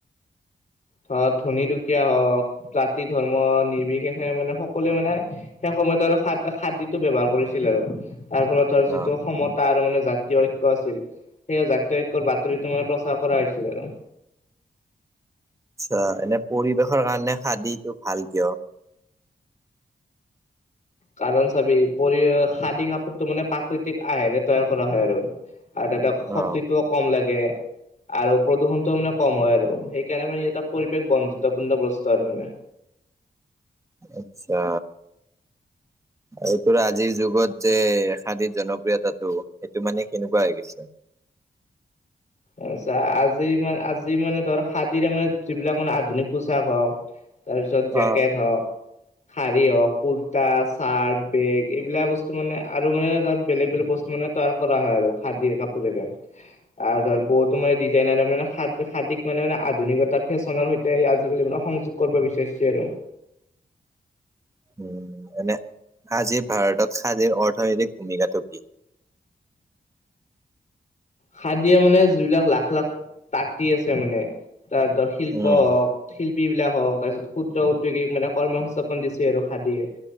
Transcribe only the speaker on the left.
ধৰা ধনী-দুখীয়া হওক জাতি-ধৰ্ম নিৰ্বিশেষে মানে সকলোৱে মানে ইহ্ সেই সময়ত আৰু খাদ খাদীটো ব্যৱহাৰ কৰিছিল আৰু তাৰ ফলত আৰু যিটো
সমত তাৰ মানে জাতীয় ঐক্য আছিল সেই জাতীয় ঐক্যৰ বাতৰিতো মানে প্ৰচাৰ কৰা হৈছিল আৰু
কাৰণ চাবি পৰি এ আ খাদি কাপোৰটো মানে প্ৰাকৃতিক আহেৰে তৈয়াৰ কৰা হয় আৰু আৰু তাত এটা শক্তিটোও
কম লাগে। আৰু প্ৰদূষণটো মানে কম হয় আৰু সেইকাৰণে মানে এটা পৰিৱেশ বন্ধুত্বপূৰ্ণ বস্তু আৰু মানে
এ চা আজি মানে আজি মানে ধৰ খাদীৰে মানে যিবিলাক মানে আধুনিক পোচাক হওক তাৰপিছত জেকেট
হওক। শাৰী হওক, কুুৰ্তা, চাৰ্ট, বেগ এইবিলাক বস্তু মানে আৰু মানে ধৰ বেলেগ বেলেগ বস্তু মানে তাৰ কৰা হয় আৰু খাদি কাপোৰেৰে ইহ আৰু ধৰ বহুতো মানে ডিজাইনাৰে মানে খাদিক মানে মানে আধুনিকতাত ফেশ্বনৰ সৈতে আজিকালি মানে সংযুক্ত কৰিব বিচাৰিছে আৰু
খাদিয়ে মানে যিবিলাক লাখ লাখ তাঁতি আছে মানে তাহঁতৰ শিল্প
হওক। শিল্পী বিলাক হওঁক তাৰপিছত ক্ষুদ্ৰ উদ্যোগিক মানে কৰ্ম-সংস্থাপন দিছে আৰু খাদিয়ে ইহ